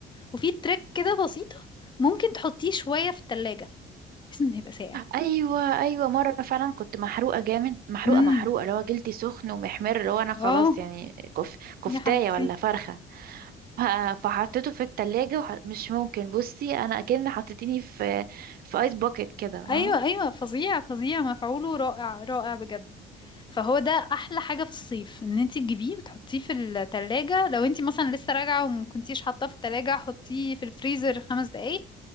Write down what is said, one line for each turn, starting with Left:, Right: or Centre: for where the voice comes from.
Left: وفي تريك كده بسيطة ممكن تحطيه شوية في التلاجة بحيث انه يبقى ساقع
Right: ايوه ايوه مرة فعلا كنت محروقة جامد محروقة
Left: امم
Right: محروقة اللي هو جلدي سخن ومحمر اللي هو انا خلاص
Left: اه
Right: يعني كف... كفتاية
Left: يا حبيبتي
Right: ولا فرخة ف- فحطيته في التلاجة وح... مش ممكن بصي انا اكن حطيتيني في في ايس باكيت كده اه
Left: ايوه ايوه فظيع فظيع مفعوله رائع رائع بجد فهو ده احلى حاجة في الصيف ان انتي تجيبيه وتحطيه في التلاجة لو انتي مثلا لسه راجعة وما كنتيش حاطاه في التلاجة حطيه في الفريزر خمس دقايق